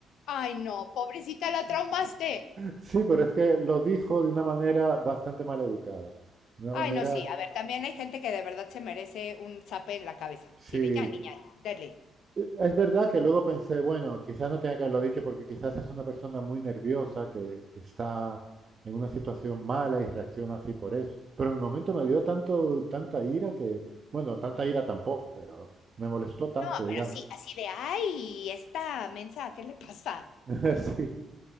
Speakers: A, on the left; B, on the right.
A: Ay, no, pobrecita, la traumaste.
B: Sí, pero es que lo dijo de una manera bastante mal educada, de una
A: Ay,
B: manera,
A: no, sí. A ver, también hay gente que de verdad se merece un zape en la cabeza.
B: sí,
A: Sí, de ya, niña, dale.
B: Es verdad que luego pensé, bueno, quizás no tenía que haberlo dicho porque quizás es una persona muy nerviosa que, que está en una situación mala y reacciona así por eso. Pero en el momento me dio tanto, tanta ira que, bueno, tanta ira tampoco, pero me molestó tanto,
A: No,
B: digamos.
A: pero así, así de, ay, esta mensa, ¿qué le pasa?
B: <laughs> Sí,